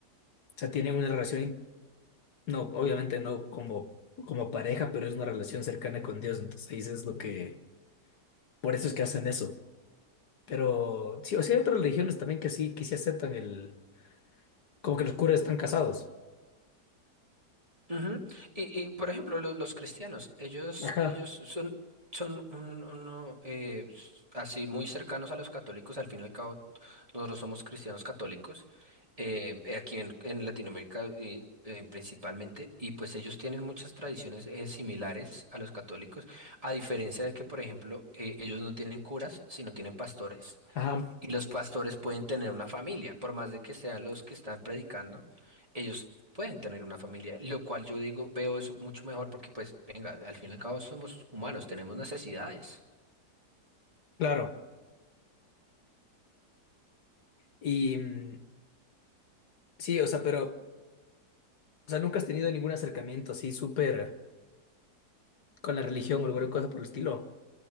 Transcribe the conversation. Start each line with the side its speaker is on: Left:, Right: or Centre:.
Left: sea, tienen una relación, no, obviamente no como, como pareja, pero es una relación cercana con Dios. Entonces ahí es lo que, por eso es que hacen eso. Pero sí, o sea, hay otras religiones también que sí, que sí aceptan el, como que los curas están casados.
Right: Ujú. Y, y, por ejemplo, lo- los, cristianos, ellos,
Left: Ajá,
Right: ellos son, son un- uno, eh, s- así muy cercanos a los católicos, al fin y al cabo nosotros somos cristianos católicos, eh, eh, aquí en, en Latinoamérica y, eh, principalmente, y pues ellos tienen muchas tradiciones eh, similares a los católicos, a diferencia de que, por ejemplo, eh, ellos no tienen curas, sino tienen pastores.
Left: ajá,
Right: Y los pastores pueden tener una familia, por más de que sean los que están predicando, ellos pueden tener una familia, lo cual yo digo, veo eso mucho mejor porque pues, venga, al fin y al cabo somos humanos, tenemos necesidades.
Left: claro. Y mm, sí, o sea, pero, o sea, nunca has tenido ningún acercamiento así súper con la religión o alguna cosa por el estilo.